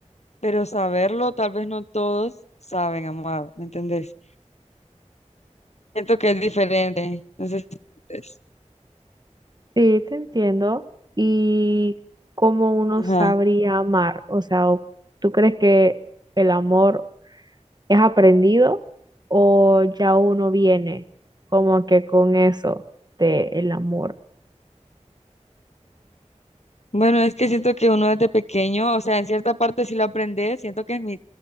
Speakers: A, on the left; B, on the right.
A: pero saberlo, tal vez no todos saben amar, ¿me entendés? Siento que es diferente, no sé si me entendés.
B: Sí, te entiendo. ¿Y cómo uno
A: Ajá.
B: sabría amar? O sea, ¿o ¿tú crees que el amor es aprendido o ya uno viene como que con eso del amor?
A: Bueno, es que siento que uno desde pequeño, o sea, en cierta parte sí lo aprende, siento que es mi,